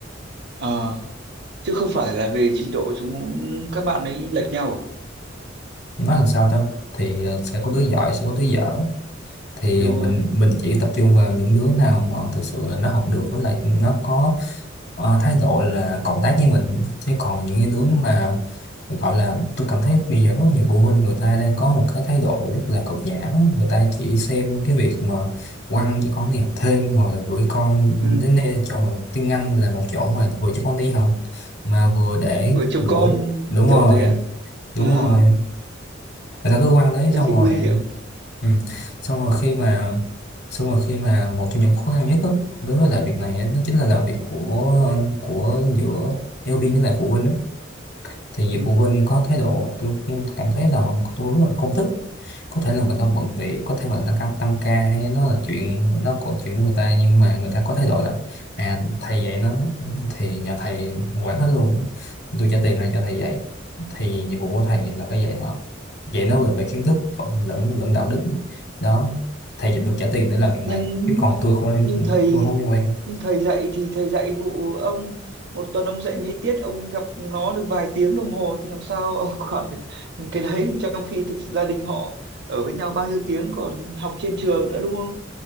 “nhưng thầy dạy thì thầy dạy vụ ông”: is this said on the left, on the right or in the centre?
Right